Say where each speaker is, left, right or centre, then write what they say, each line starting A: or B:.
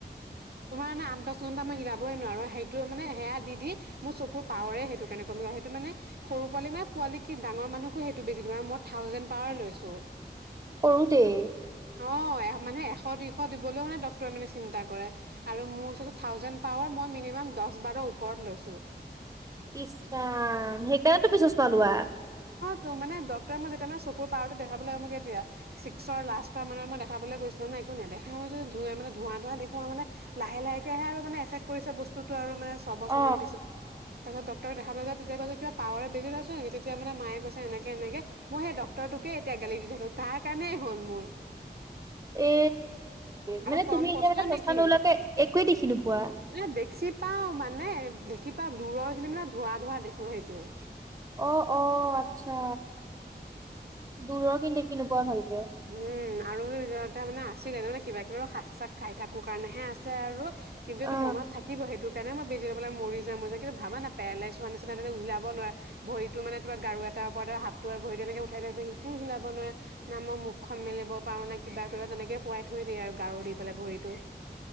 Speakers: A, on the right (about 60°); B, on the right (about 20°).
A: তোমাৰ মানে আঠতা ছটা মই হিলাবইৱাৰো সেইটো মানে সেয়া দি মোৰ চকুৰ পাৱৰে সেইটো কাৰণে কমি সেইটো মানে সৰু পোৱালি মানে পোৱালি কি ডাঙৰ মানুহকো সেইটো বেছি দিব মান মই থাউজেণ্ড পাৱাৰ লৈছো।
B: সৰু দেই
A: অ মানে এশ দুইশ দিবলৈও মানে ডক্তৰে মানে চিন্তা কৰে। আৰু মোৰ ওচৰত থাউজেড পাৱাৰ মই মিনিমাম দহ বাৰ ওপৰত লৈছো।
B: ইচ্ছ ৰাম সেইকাৰণেতো পিছৰ চোৱা লোৱা।
A: ত মানে ডক্তৰে মই যেতিয়া মান চকুৰ পাৱাৰটো দেখাবলৈকে দিয়া ছিক্সৰ লাষ্টৰ মানত মই দেখাবলৈ গৈছিলো নাই একো ন দেখা ম যদি ধ মান ধোৱা ধোৱা দেখুৱা মানে লাহে লাহে মানে এফেক্ট কৰিছে বস্তুতটো আৰু তে ছয়ছৰান
B: অ
A: পিছত তাৰ পিছত ডক্তৰক দেখা পলৈ যায় তেতিয়া কয় যে কিবা পাৱাৰে বেজি লৈছে তেতিয়া মানে মায়ে কৈছে এনেকে এনেকে মই সেই ডক্তৰটোকে এতিয়া গেলি দি থাকো তাৰ কাৰণে। হ'ল মোৰ
B: উ এ
A: আৰু
B: মানে
A: কম
B: তুমি এতিয়াতে
A: কষ্ট
B: চচমা
A: নেকি
B: নোলোৱাকে একোৱেই দেখি নোপোৱা।
A: মানে দেখি পাও মানে দেখি পাও দূৰৰ খিনি মানে ধোৱা ধোৱা দেখো সেইটোৱে
B: অ অ আচ্ছা দূৰ খিনি দেখি নোপোৱা ভালকে।
A: উম আৰু মানে আছিলে তানে কিবা কিবি শাক চাক খাই থাকো কাৰণেহে আছে আৰু কিন্তু এইটো
B: অ
A: মনত থাকিব সেইটো পাননে মই বেজি হৈ পেলাই মৰি যাম কিন্তু ভাবা ন পেৰালাইছ হোৱা নিচিনা যে হিলাব নোৱাৰে ভৰি মানে তোমাৰ গাৰু এটা তাৰ পৰত আৰু হাতটো আৰু ভৰি তেনেকে উঠাই দিয় স শিকো হিলাব নোৱাৰে ন মই মুক খন মেলিব পাৰো নে কিবা কৰিব তেনেকে শুৱাই থৈ দিয়ে আৰু গাৰু দি পেলাই ভৰিতটো